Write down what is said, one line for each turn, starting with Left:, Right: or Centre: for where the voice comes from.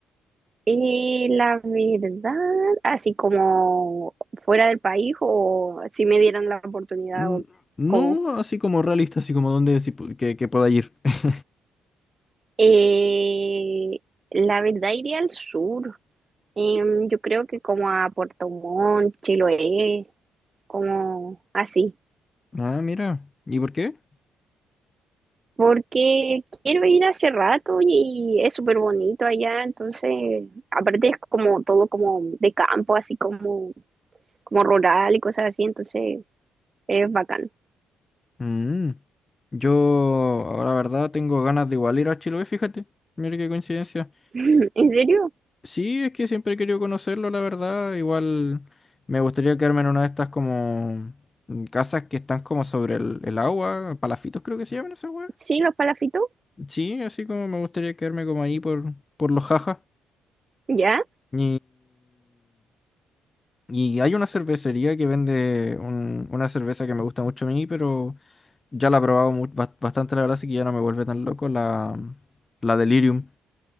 Right: Eh, la verdad, así como fuera del país o si me dieran la oportunidad
Left: Mm,
Right: o
Left: No
Right: como...
Left: así como realista, así como dónde sí pu- que, que pueda ir. <laughs>
Right: Eh, la verdad iría al sur, Em, yo creo que como a Puerto Montt, Chiloé, como así.
Left: Ah, mira, ¿y por qué?
Right: Porque quiero ir hace rato y es súper bonito allá, entonces, aparte es como todo como de campo, así como, como rural y cosas así, entonces es bacán.
Left: Mm. Yo, ahora, la verdad, tengo ganas de igual ir a Chiloé, fíjate. Mira qué coincidencia.
Right: <clears throat> ¿En serio?
Left: Sí, es que siempre he querido conocerlo, la verdad. Igual me gustaría quedarme en una de estas como mm, casas que están como sobre el, el agua, palafitos creo que se llaman esas weas.
Right: ¿Sí, los palafitos?
Left: Sí, así como me gustaría quedarme como ahí por, por los jajas.
Right: ¿Ya?
Left: Y, y hay una cervecería que vende un- una cerveza que me gusta mucho a mí, pero ya la he probado mu- bas- bastante, la verdad, así que ya no me vuelve tan loco la, la Delirium.